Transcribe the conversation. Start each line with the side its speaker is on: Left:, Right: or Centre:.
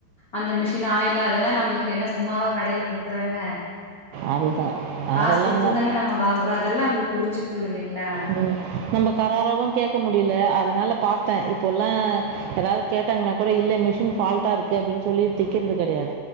Left: அந்த மிஷின் ஆயில் அதெல்லாம் நம்மளுக்கு என்ன சும்மாவா கடையில குடுக்குறாங்க
Right: அதுதான்
Left: காசு
Right: அதெல்லாம்
Left: குடுத்துதான
Right: தான்
Left: நம்ம வாங்குறோ அதெல்லா அவங்க புரிஞ்சுக்கணு இல்லைங்களா
Right: உ நம்ம கராரவும் கேட்க முடியல அதனால பார்த்தேன் இப்போல்லாம் யாரும் கேட்டாங்கன்னா கூட இல்லை மிஷின் ஃபால்ட்டாக இருக்குது அப்படின்னு சொல்லி திக்கிறது கிடையாது